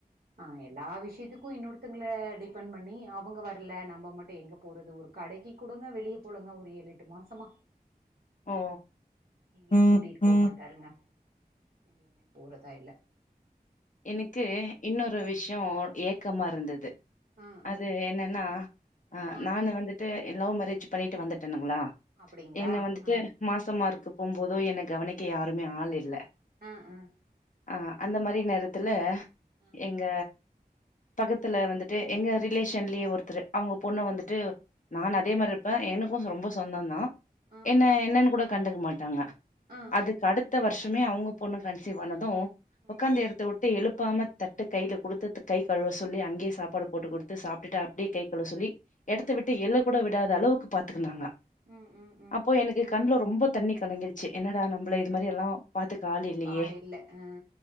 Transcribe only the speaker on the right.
ஆ எல்லா விஷயத்துக் க்கு இன்னொருத்தங்கல டிபென் பண்ணி அவங்க வரல நம்ம மட்டு எங்க போறது ஒரு கடைக்கு குடங்க வெளியே போலங்க ஒரு ஏழு எட்டு மாசமா
எங்கயு
கூட்டிட்டு போக
மாட்டாருங்க எங்கேயுமே போறதா இல்ல
அது
ஆ
ஆ ஆ
ஆ
அப்டிங்களா
ஆ
ஆ
ஆ ஆ
ஆ
ஆ
ஆ
ம்
ம்
ம் ம்
ம்
ம்
இல்ல ஆ